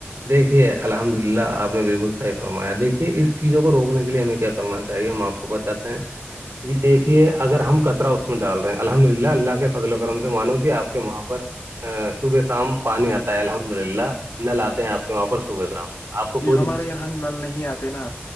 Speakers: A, on the right; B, on the left.
A: دیکھیے الحمد للہ آپ نے بالکل صحیح فرمایا دیکھیے اس چیزوں کو روکنے کے لیے ہمیں کیا کرنا چاہیے ہم آپ کو بچاتے ہیں جی دیکھیے اگر ہم کطرہ اس میں ڈال رہے ہیں الحمد للہ اللہ کے فضل و کرم سے مانو کہ آپ کے وہاں پر ا صبح شام پانی آتا ہے الحمد للہ نل آتے ہیں آپ کے وہاں پر صبح شام آپ کو کوئی
B: یہ ہمارے
A: دقت
B: یہاں نل نہیں آتے نا